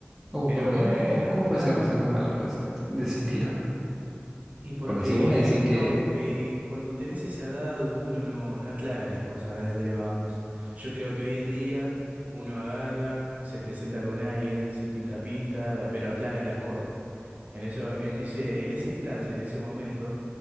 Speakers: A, in the centre; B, on the right (about 40°).
A: Uh,
B: Pero
A: ¿por qué?
B: bueno,
A: ¿Por ¿Cómo, cómo
B: no.
A: puede ser que salga mal algo de ese, esti- de ese estilo?
B: Y porque
A: Porque si vos me decís
B: no,
A: que,
B: eh, cuando tenés esa edad uno no, no aclara las cosas desde el vamos. Yo creo que hoy en día uno agarra, se presenta con alguien, si pinta, pinta, pero aclara las cosas. En eso, en ese, en esa instancia, en ese momento,